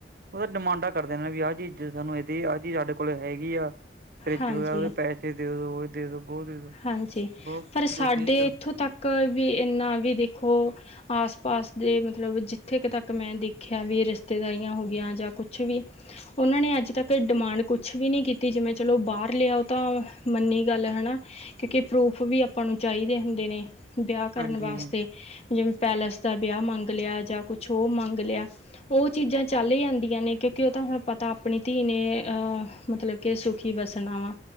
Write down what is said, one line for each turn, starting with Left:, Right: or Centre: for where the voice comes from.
Right: ਉਹ ਤਾਂ ਡਿਮਾਂਡਾ ਕਰਦੇ ਨੇ ਵੀ, ਆਹ ਚੀਜ਼ ਸਾਨੂੰ ਇਦੇ, ਆਹ ਚੀਜ਼ ਸਾਡੇ ਕੋਲ ਹੈਗੀ ਆ ਫਰਿੱਜ
Left: ਹਾਂਜੀ
Right: ਵਾਅ ਉਹਦੇ ਪੈਸੇ ਦੇ ਦੋ- ਦੇ ਓ ਦੇ- ਦੋ ਬਹੁ ਦੇ ਦੋ
Left: ਹਾਂਜੀ,
Right: ਬਹੁਤ
Left: ਪਰ ਸਾਡੇ
Right: ਕੁਛ ਇਹ ਚ
Left: ਇੱਥੋਂ ਤੱਕ ਵੀ ਇਨਾ ਵੀ ਦੇਖੋ ਆਸ -ਪਾਸ ਦੇ ਮਤਲਬ ਜਿੱਥੇ ਤੱਕ, ਮੈਂ ਦੇਖਿਆ ਵੀ ਰਿਸ਼ਤੇਦਾਰੀਆਂ ਹੋ ਗਈਆ ਜਾਂ ਕੁਛ ਵੀ ਉਹਨਾਂ ਨੇ, ਅੱਜ ਤੱਕ ਡਿਮਾਂਡ ਕੁਛ ਵੀ ਨਹੀਂ ਕੀਤੀ, ਜਿਵੇਂ ਚਲੋ ਬਾਹਰ ਲੈ ਉਹ ਤਾਂ ਮੰਨੀ ਗੱਲ ਹਨਾ ਕਿਉਂਕਿ, ਪਰੂਫ ਵੀ ਆਪਾਂ ਨੂੰ ਚਾਹੀਦੇ ਹੁੰਦੇ ਨੇ, ਵਿਆਹ ਕਰਨ
Right: ਹਾਂਜੀ
Left: ਵਾਸਤੇ ਜਿਵੇਂ, ਪੈਲੇਸ ਦਾ ਵਿਆਹ ਮੰਗ ਲਿਆ, ਜਾਂ ਕੁਛ ਉਹ ਮੰਗ ਲਿਆ ਉਹ ਚੀਜ਼ਾਂ ਚੱਲ ਜਾਂਦੀਆਂ ਨੇ ਕਿਉਂਕਿ, ਉਹ ਤਾਂ ਹੁਣ ਪਤਾ ਆਪਣੀ ਧੀ ਨੇ, ਅਹ ਮਤਲਬ ਕੇ ਸੁਖੀ ਵਸਨਾ ਵਾਂ,